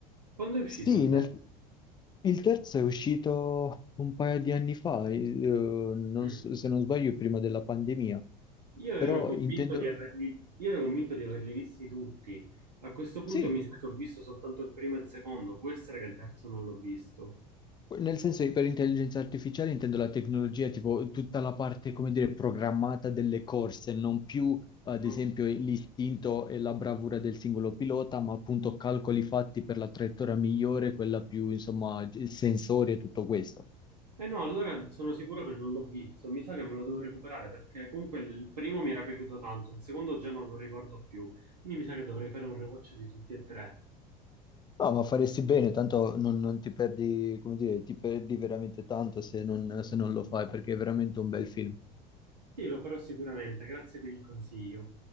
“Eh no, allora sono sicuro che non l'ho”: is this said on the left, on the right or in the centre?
Right